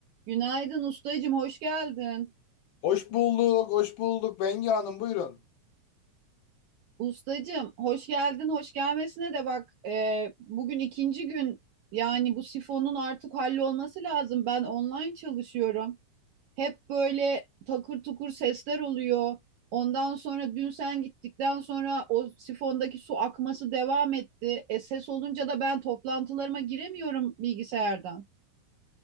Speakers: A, on the right; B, on the left.
A: Günaydın ustacım, hoş geldin.
B: Hoş bulduk, hoş bulduk. Bengi Hanım buyurun.
A: Ustacım, hoş geldin, hoş gelmesine de bak. e, bugün ikinci gün yani bu sifonun artık hallolması lazım. Ben online çalışıyorum. Hep böyle takır tukur sesler oluyor. Ondan sonra dün sen gittikten sonra o sifondaki su akması devam etti. E, ses olunca da ben toplantılarıma giremiyorum bilgisayardan.